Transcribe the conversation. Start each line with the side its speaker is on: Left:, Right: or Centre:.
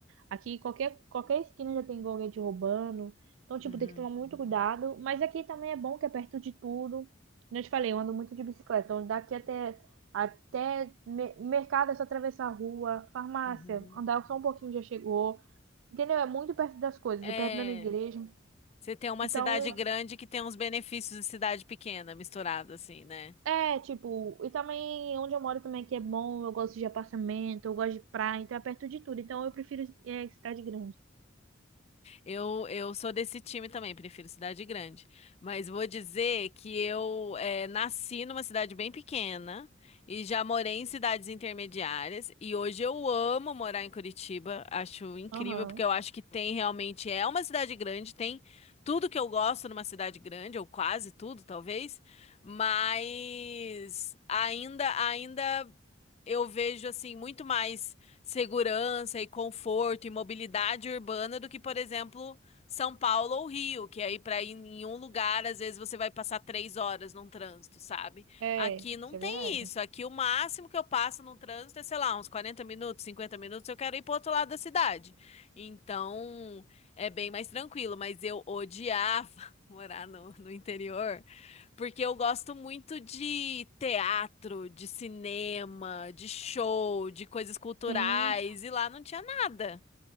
Right: Aqui qualquer, qualquer esquina já tem alguém te roubando. Então, tipo,
Left: uhum,
Right: tem que tomar muito cuidado. Mas aqui também é bom que é perto de tudo. Como eu te falei, eu ando muito de bicicleta. Então, daqui até, até me- mercado é só atravessar a rua, farmácia,
Left: uhum, uhum.
Right: andar só um pouquinho já chegou. Entendeu? É muito perto das coisas,
Left: É.
Right: é perto da minha igreja.
Left: Você tem uma
Right: Então,
Left: cidade grande que tem uns benefícios de cidade pequena, misturado assim, né?
Right: é, tipo, e também onde eu moro também que é bom, eu gosto de apartamento, eu gosto de praia, então é perto de tudo. Então eu prefiro é, cidade grande.
Left: Eu, eu sou desse time também, prefiro cidade grande. Mas vou dizer que eu eh, nasci numa cidade bem pequena e já morei em cidades intermediárias. E hoje eu amo morar em Curitiba, acho incrível,
Right: Aham.
Left: porque eu acho que tem realmente, é uma cidade grande, tem tudo que eu gosto numa cidade grande, ou quase tudo, talvez. Mas ainda, ainda. eu vejo assim muito mais segurança e conforto e mobilidade urbana do que, por exemplo, São Paulo ou Rio, que aí para ir em um lugar, às vezes você vai passar três horas num trânsito, sabe?
Right: É,
Left: Aqui não
Right: isso é
Left: tem
Right: verdade.
Left: isso. Aqui o máximo que eu passo num trânsito é, sei lá, uns 40 minutos, 50 minutos, eu quero ir pro outro lado da cidade. Então, é bem mais tranquilo, mas eu odiava <laughs> morar no, no interior. Porque eu gosto muito de teatro, de cinema, de show, de coisas culturais,
Right: Sim.
Left: e lá não tinha nada.